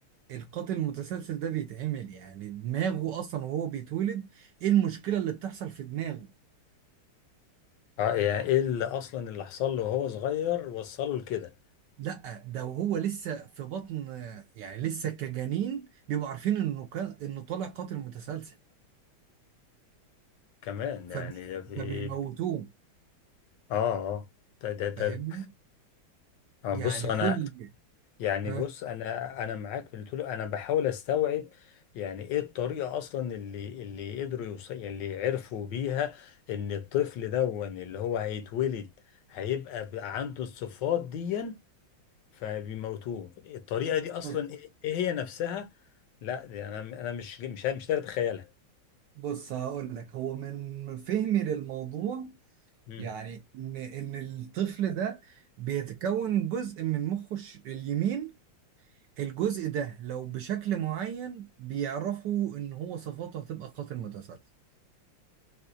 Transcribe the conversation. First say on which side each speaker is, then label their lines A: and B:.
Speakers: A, on the right; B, on the left.
A: القاتل المتسلسل ده بيتعمل يعني دماغه اصلا وهو بيتولد ايه المشكلة اللي بتحصل في دماغه
B: اه يعني إيه اللي أصلا اللي حصل له وهو صغير وصله لكده
A: لا ده وهو لسه في بطن يعني لسه كجنين بيبقوا عارفين انه كان انه طالع قاتل متسلسل
B: كمان
A: فبي-
B: يعني ده بي...
A: فبيموتوه
B: آه آه ده ده ده
A: فاهمني
B: آه،
A: يعني
B: بص أنا
A: كل
B: يعني
A: ها
B: بص انا انا معاك في اللي تقوله انا بحاول استوعب يعني ايه الطريقه اصلا اللي اللي قدروا يوصل اللي عرفوا بيها ان الطفل دون اللي هو هيتولد هيبقى بقى عنده الصفات دي فبيموتوه الطريقه دي اصلا
A: بص
B: ايه إيه هي نفسها لا دي انا انا مش مش مش قادر اتخيلها
A: بص هقول لك هو من فهمي للموضوع
B: مم.
A: يعني ان ان الطفل ده بيتكون جزء من مخه الش- اليمين الجزء ده لو بشكل معين بيعرفوا ان هو صفاته هتبقى قاتل متسلسل